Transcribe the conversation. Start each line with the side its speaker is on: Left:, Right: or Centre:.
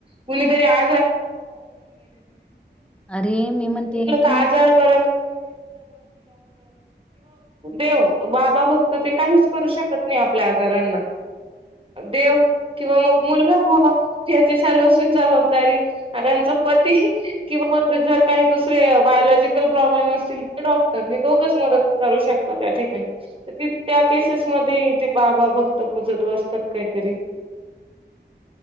Right: कुणीतरी आ
Centre: अरे मी म्हणते तुम्ही
Right: आ सर्व ड क फक्त ते काहीच करू शकत नाही आपल्या आजारांना देव किंवा मग मुलगा ह हचे सर्वस्वी जाव त्यां पती किंवा मग जर काही दुसरे बायोलॉजिकल प्रॉब्लेम असतील डॉक्टर हे दोघच मदत करू शकतात त्या ठिकाणी त त्या केसेस मध्ये बाबा भक्त पूजत वासतात काहीतरी